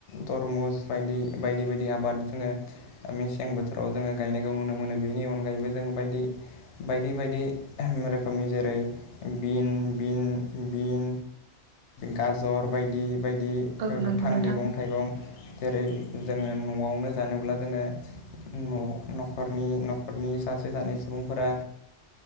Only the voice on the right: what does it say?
औ
नंगौ नोंथां